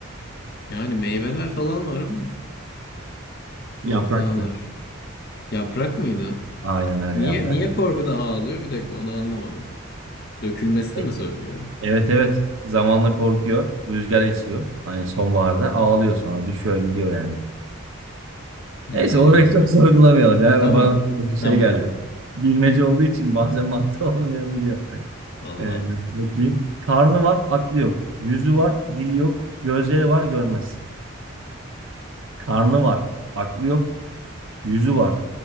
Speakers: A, on the left; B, on the right.
A: Yani meyveler falan var ama
B: Yapraktı.
A: korkudan ağlar. Yaprak mıydı?
B: Aynen öyle
A: Niye
B: yaprak.
A: niye korkudan ağlıyor? Bir dakika onu anlamadım. Dökülmesini
B: E-
A: mi söylüyor?
B: Evet evet. Zamanla korkuyor. Rüzgar esiyor. Hani sonbaharda ağlıyor sonra. Düşüyor gidiyor yani.
A: Hmm,
B: Neyse orayı çok <laughs> sorgulamayalım. ya
A: tamam.
B: bana birazcık şey
A: Tamam.
B: geldi. Bilmece olduğu için bazen mantığı <laughs> olmayabiliyor.
A: Allah.
B: Evet, bakayım. Karnı var, aklı yok. Yüzü var, dili yok. Gözleri var, görmez. Karnı var, aklı yok, yüzü var.